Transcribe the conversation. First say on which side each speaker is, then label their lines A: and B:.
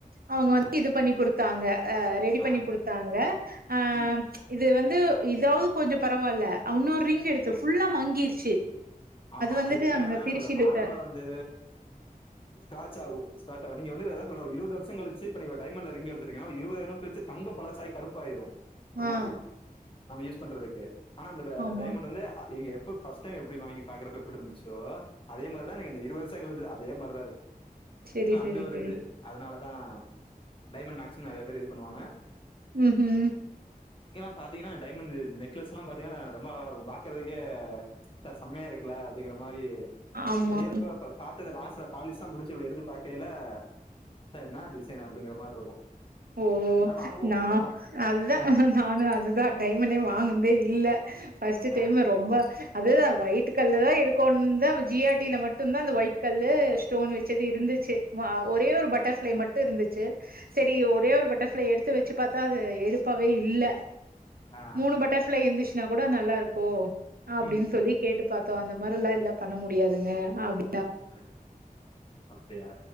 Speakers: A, on the right; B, on the left.
A: அவுங்க
B: ஆ,
A: வந்து இது பண்ணி குடு த்தாங்க ஆ ரெடி
B: ஆ.
A: பண்ணி குடுத்தாங்க அம்
B: ம்,
A: இது வந்து இதாவது கொஞ்ச பரவால்ல ஆ உன்னொரு ரிங்
B: ம்.
A: எடுத்தே ஃபுல்லா மங்கிருச்சு
B: ஆமா
A: வந்துட்டு
B: அது எப்பிடினா
A: அங்க
B: அதா நா
A: திருச்சிலிட்ட
B: சொல்றே நார்மலா வந்து ஸ்க்ராட்ச் ஆகு ஸ்க்ராட்ச் ஆயிரு நீங்க வந்து அதா சொல்றே இருவது வருஷங் கழிச்சு இப்ப நீங்க டைமண்டல ரிங் எடுத்துட்டீங்கனா இருவது வருஷோ கழிச்சு தங்கோ பழசாயி கருப்பாயிரு ஒரு
A: ஆ
B: மாரி நாம யூஸ் பண்றதுக்கு ஆனா அந்த ஆ
A: ஆமா
B: டைமண்ட் வந்து அது நீங்க எ ப்ப ஃபர்ஸ்ட் டைம் எப்டி வாங்கி பாக்கறப்ப எப்டி இருந்துச்சோ அதே மாரிதா நீங்க அந்த இருவது வருஷங் கழிச்சு அதே மாரிதா இருக்கு
A: செரி
B: இப்ப
A: செரி
B: அந்த ஒரு
A: செரி
B: இது அதனால அதா டைமண்ட் மேக்சிமம் நெறைய பேர் இது பண்ணுவாங்க
A: ம் ஹும்
B: ஏன்னா பாத்தீங்கன்னா டைமண்ட் நெ நெக்லஸ் எல்லாம் பாத்தீங்கன்னா ரொம்ப அழகா இருக்கு பாக்கறதுக்கே ச செமையா இருக் கல்ல அப்டிங்கிற மாரி
A: ஆமா
B: செய்யறப்ப இப்ப பாத்தது அந்த ஆச பாலிஸ்லா முடிச்சு இப்டி எடுத்து பாக்கையில ச்ச என்னா டிசைன் அப்டிங்கிற மாரி இருக்கும்
A: ஓ
B: ஆனா வாங்குவோம்
A: நா
B: ஒரு நாள்
A: அதுதா
B: ம்
A: நானு அதுதா டைமண்டே வாங்குனதே இல்ல ஃபஸ்ட்டு டைமு
B: ஆ
A: ரொம்ப அதுதா ஒய் ட்டு கல்லுதா எடுக்கோனுன்தா ஜி ஆர் டி ல மட்டும்தா அந்த ஒயிட் கல்லு ஸ்டோன் வச்சது இருந்துச்சு மா ஒரே ஒரு பட்டர்ஃப்ளை மட் டு இருந்துச்சு செரி ஒரே ஒரு பட்டர்ஃப்ளை எடுத்து வச்சு பாத்தா அது எடுப்பாவே இல்ல
B: ஆ
A: மூணு பட்டர்ஃபிளை இருந்துச்சுன்னா கூட நல்லா இருக்கு அப்டின்னு
B: ம்
A: சொல்லி கேட்டு பாத் தோ அந்த மாரில்லா இல்ல பண்ண முடியாதுங்க அப்டின்
B: கே அப்டியா